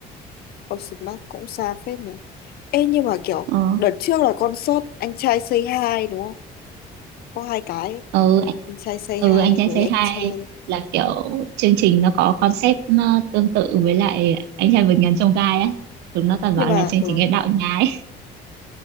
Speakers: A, on the left; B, on the right.
A: Ocean Park cũng xa phết nhỉ ê nhưng mà kiểu
B: Ờ.
A: đợt trước là concert anh trai Say Hi đúng không có hai cái
B: ừ, anh-
A: anh trai say
B: ừ
A: hi
B: anh trai
A: với
B: say
A: anh
B: hi
A: trai
B: là kiểu chương trình nó có concept ờ, tương tự với lại anh trai vượt ngàn chông gai ấy chúng nó toàn bảo
A: nhưng mà
B: là chương
A: ừ,
B: trình cái đạo nhái <laughs>